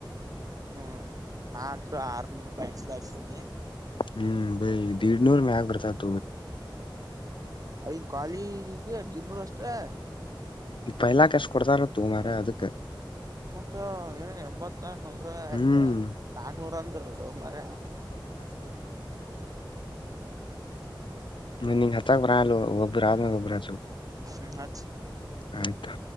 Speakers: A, on the right (about 45°); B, on the left (about 80°).
A: ಹ್ಮ್ ನಾಹಂತ್ರು ಹಾರುನೂರು ರೂಪಾಯಿದು ಬಯಸುದರ್ಸಿನಿ
B: ಹ್ಮ್ ಬೈ ದೀಡ್ನೂರ್ ಮೇಗ್ ಬರ್ತತ್
A: ಐದು್ ಖಾಲಿ ದಿೂರ್ ಅಷ್ಟೇ
B: ಇಪ ಎಲ್ಲಾ ಕಸು ಕೊಡ್ತಾರ ತುಮ್ರ ಅದಕ್ಕೆ
A: ಮತ್ತ ಏನ ಎಂಬತ್ ಮ ನೂರ
B: ಹ್ಮ್
A: ಇಐ ನಾಕ್ನೂರ ಅಂದ್ರದು ಮರ
B: ನೀ ನಿಂಗ ಹಚ್ಚಕರಲ್ಲ ಗೊಬ್ಬರ ಆದ ಮ ಗೊಬ್ಬರ ಚು
A: ಹ್ಮ್ ಅ
B: ಆಯ್ತಾ